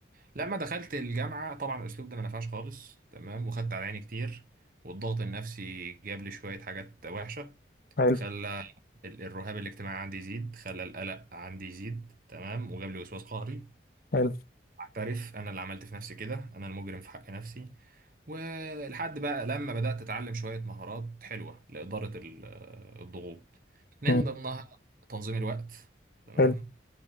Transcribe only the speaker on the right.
لما دخلت الجامعه طبعا الاسلوب ده ما نفعش خالص تمام وخدت على عيني كتير والضغط النفسي جاب لي شويه حاجات وحشه
خلى ال- الرهاب الاجتماعي عندي يزيد خلى القلق عندي يزيد تمام وجاب لي وسواس قهري
اعترف انا اللي عملت في نفسي كده انا المجرم في حق نفسي ولحد بقى لما بدأت أتعلم شوية مهارات حلوة لإدارة ال- الضغوط من
ضمنها تنظيم الوقت تمام